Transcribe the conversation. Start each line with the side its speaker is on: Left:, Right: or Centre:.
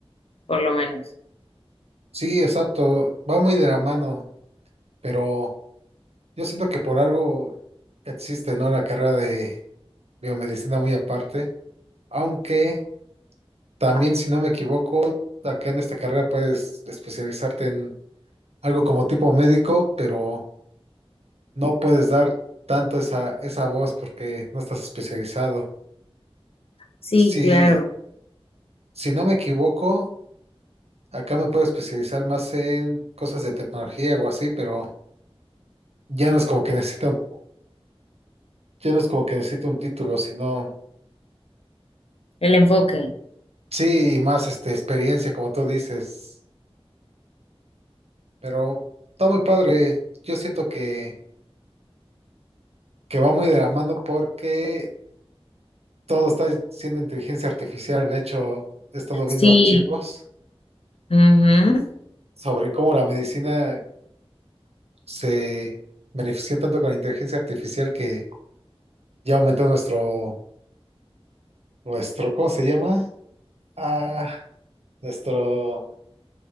Left: por lo menos.
Right: Sí, exacto, va muy de la mano, pero yo siento que por algo existe, ¿no? La carrera de biomedicina muy aparte, aunque también, si no me equivoco, acá en esta carrera puedes especializarte en algo como tipo médico, pero no puedes dar tanto esa, esa voz porque no estás especializado.
Left: Sí,
Right: Si,
Left: claro,
Right: si no me equivoco, acá me puedo especializar más en cosas de tecnología o así, pero ya no es como que necesito Yo no es como que necesito un título, sino
Left: el enfoque.
Right: sí, y más este experiencia, como tú dices. Pero está muy padre. Yo siento que, que va muy de la mano porque todo está siendo inteligencia artificial. De hecho, he estado
Left: Sí,
Right: viendo archivos
Left: ujú,
Right: sobre cómo la medicina se benefició tanto con la inteligencia artificial que ya aumentó nuestro, nuestro, ¿cómo se llama? Ah, nuestro,